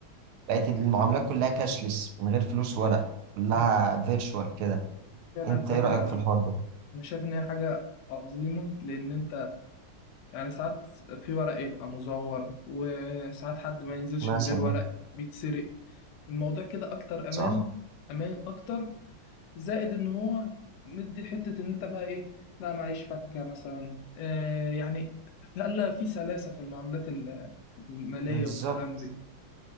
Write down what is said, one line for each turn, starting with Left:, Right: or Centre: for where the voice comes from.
Right: بقت المعاملات كلها كاشلس من غير فلوس ورق كلها
Left: لا
Right: فيرتشوال كده
Left: فعلا
Right: انت
Left: حاجة
Right: ايه رأيك في الحوار ده
Left: أنا شايف إن هي حاجة عظيمة لأن أنت يعني ساعات في ورق يبقى مزور وساعات حد ما ينزلش
Right: مثلا
Left: من غير ورق بيتسرق الموضوع كده أكتر
Right: صح
Left: أمان أمان أكتر زائد إن هو مدي حتة إن أنت بقى إيه لا معيش فكة مثلا آه يعني خلى في سلاسة في المعاملات المالية
Right: بالظبط
Left: والكلام دي